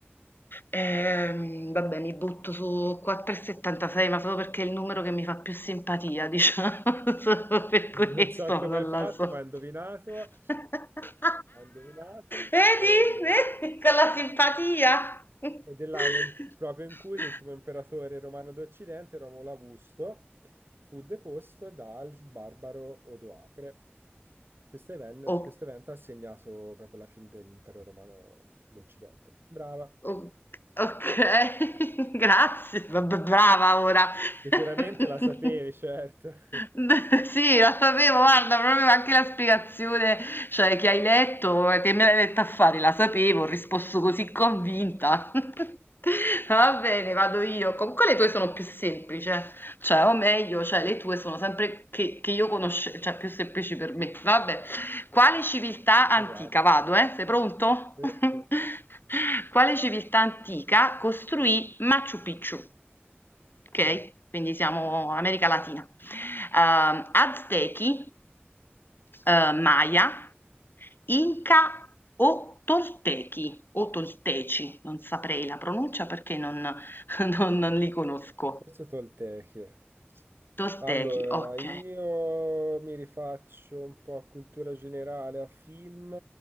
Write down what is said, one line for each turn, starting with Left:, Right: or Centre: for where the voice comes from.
Left: Ehm, vabbè, mi butto su 4,76, ma solo perché è il numero che mi fa più simpatia, diciamo, <laughs> solo per questo,
Right: Non so come
Left: ma non
Right: hai fatto,
Left: la so.
Right: ma hai indovinato,
Left: <laughs>
Right: hai indovinato,
Left: Vedi?
Right: e-
Left: Vedi? Con la simpatia. <laughs>
Right: ed è l'anno in- proprio in cui l'ultimo imperatore romano d'Occidente, Romolo Augusto, fu deposto dal barbaro Odoacre. Questo even-
Left: Oh.
Right: questo evento ha segnato proprio la fine dell'impero romano d'Occidente. Brava.
Left: O okay, <laughs> grazie. B b brava ora. <laughs>
Right: Sicuramente la sapevi, certo. <laughs>
Left: Beh, sì, lo sapevo, guarda, proprio anche la spiegazione, cioè, che hai letto, eh, che me l'hai letta a fare, la sapevo, ho risposto così convinta. <laughs> Va bene, vado io. Comunque le tue sono più semplici, eh. Cioè, o meglio, cioè, le tue sono sempre che, che io conoscevo, cioè, più semplici per me. Vabbè. Quale civiltà antica,
Right: Speriamo.
Left: vado eh, sei pronto?
Right: Sì,
Left: <laughs>
Right: sì.
Left: Quale civiltà antica costruì Machu Picchu? Ok,
Right: Mm,
Left: quindi siamo America Latina. Ehm, Aztechi, eh, Maya, Inca o Toltechi o Tolteci, non saprei la pronuncia perché non, <laughs> non- non li conosco.
Right: Forse Tolteche.
Left: Toltechi,
Right: Allora,
Left: ok.
Right: io mi rifaccio un po' a cultura generale, a film,